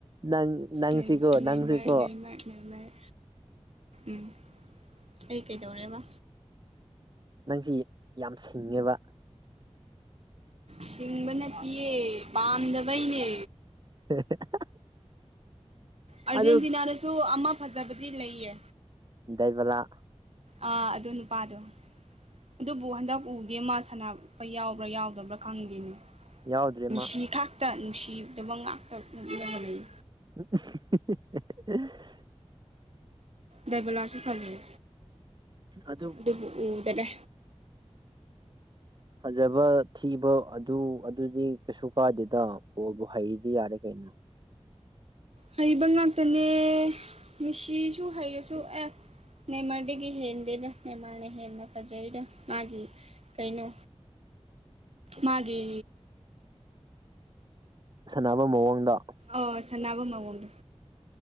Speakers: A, on the right; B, on the right.
A: ꯅꯪ ꯅꯪꯁꯤꯀꯣ
B: ꯅꯦꯃꯥꯔ
A: ꯅꯪꯁꯤꯀꯣ
B: ꯅꯦꯃꯥꯔ ꯅꯦꯃꯥꯔ ꯎꯝ ꯑꯩ ꯀꯩꯗꯧꯔꯦꯕ
A: ꯅꯪꯁꯤ ꯌꯥꯝ ꯁꯤꯡꯉꯦꯕ
B: ꯁꯤꯡꯕꯅ ꯄꯤꯌꯦ ꯄꯥꯝꯗꯕꯩꯅꯦ
A: <unintelligible>
B: ꯑꯔꯖꯦꯟꯇꯤꯅꯥ
A: ꯑꯗꯨ
B: ꯁꯨ ꯑꯃ ꯐꯖꯕꯗꯤ ꯂꯩꯌꯦ
A: ꯗꯥꯏꯕꯂꯥ
B: ꯑꯥ ꯑꯗꯨ ꯅꯨꯄꯥꯗꯣ ꯑꯗꯨꯕꯨ ꯍꯟꯗꯛ ꯎ ꯅꯦꯃꯥꯔ ꯁꯥꯟꯅꯕ ꯌꯥꯎꯕ꯭ꯔꯥ ꯌꯥꯎꯗꯕ꯭ꯔꯥ ꯈꯪꯗꯦꯅꯦ
A: ꯌꯥꯎꯗ꯭ꯔꯦ
B: ꯃꯦꯁꯤ
A: ꯃꯥ
B: ꯈꯥꯛꯇ ꯅꯨꯡꯁꯤꯗꯕ ꯉꯥꯛꯇ ꯎꯠꯂꯒ ꯂꯩ
A: <unintelligible>
B: ꯗꯥꯏꯕꯂꯥ ꯁꯨ ꯐꯥꯖꯩ
A: ꯑꯗꯨ
B: ꯑꯗꯨꯕꯨ ꯎꯗꯔꯦ
A: ꯐꯖꯕ ꯊꯤꯕ ꯑꯗꯨ ꯑꯗꯨꯗꯤ ꯀꯩꯁꯨ ꯀꯥꯗꯦꯗ ꯕꯣꯜꯕꯨ ꯍꯩꯔꯥꯗꯤ ꯌꯥꯔꯦ ꯀꯩꯅꯣ
B: ꯍꯩꯕ ꯉꯥꯛꯇꯅꯦ ꯃꯦꯁꯤꯁꯨ ꯍꯩꯔꯁꯨ ꯑꯦ ꯅꯦꯃꯔꯗꯒꯤ ꯍꯦꯟꯗꯦꯗ ꯅꯦꯃꯔꯅ ꯍꯦꯟꯅ ꯐꯖꯩꯗ ꯃꯥꯒꯤ ꯀꯩꯅꯣ ꯃꯥꯒꯤ
A: ꯁꯥꯟꯅꯕ ꯃꯑꯣꯡꯗ
B: ꯑ ꯁꯅꯥꯕ ꯃꯑꯣꯟꯗꯨ